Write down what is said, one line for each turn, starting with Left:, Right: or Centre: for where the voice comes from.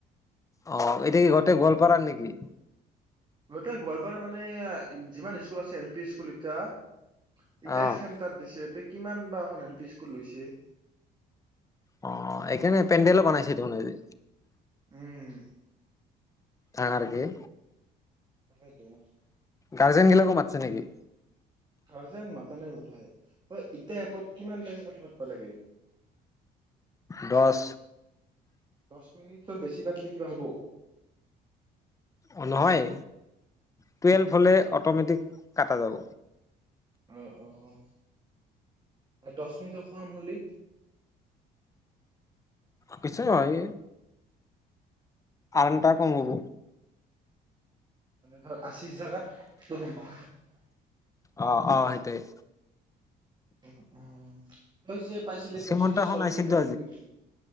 Left: অ এতিয়া কি ঘৰটে গোৱলপাৰাৰ নেকি?
Right: গ গোৱালপাৰ মানে যিমান স্কুল আছে এল পি স্কুল এতিয়া ইতিয়া
Left: অ'
Right: চেনটাৰ দিছে এতি কিমান বা খন এল পি স্কুল লৈছে।
Left: অ ', এইকাৰণে পেণ্ডেলো বনাইছে দেখোন আজি।
Right: উম',
Left: আৰ - আৰ কি
Right: তাকেইটো
Left: গাৰ্জেন গিলাকো মাৎসে নেকি?
Right: গাৰ্জেন মাতা নাই বুধই, অই এতিয়া এপত কিমান টাইম কথা পাতব লাগে?
Left: দহ
Right: দস মিনিটৰ বেছি পাত তিলি কিবা হ'ব?
Left: অ', নহয়। টুৱেলভ হ'লে অট'মেটিক কাটা যাব।
Right: অ', - অ', আৰু দছ মিনিটৰ কাম হলি?
Left: কিছু হয়। আৰামটা কম হব।
Right: ধ আশী জাগাত দৰুমা
Left: অ', - অ ', সেইটোৱেই
Right: উ', - উম', তই যে পাইছিলি
Left: শ্ৰীমন্ত
Right: পঁচিছশ
Left: খন আহিছিল
Right: কিবা
Left: তো
Right: কিবি।